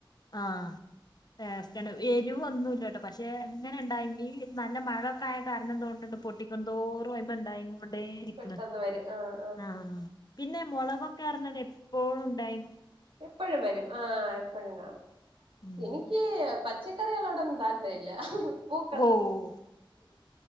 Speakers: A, on the left (about 50°); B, on the right (about 80°).
A: ആഹ് ടെസ്റ്റണ് എരിവോന്നുല്ലട്ടോ പക്ഷെ എങ്ങനെ ണ്ടായെങ്കിലും ഈ നല്ല മഴേ തൊക്കായ കാരണാതോന്ണ്ണ്ട് പൊട്ടിക്കന്തോറുയ്മെ ണ്ടായികോണ്ട് ണ്ടേ ഇരിക്ക്ണ്
B: പെട്ടെന്ന് വരും ആഹ്
A: ആഹ് പിന്നെം മൊളകൊക്കേർഞ്ഞാ തപ്പോഴും ഉണ്ടായിങ്ങോ
B: എപ്പഴും വരും ആഹ് എപ്പഴും കാണും
A: ഉം
B: എനിക്ക് പച്ചക്കറികളോടൊന്നും താൽപ്പെ ഇല്ല പൂക്കൾ
A: ഓഹ്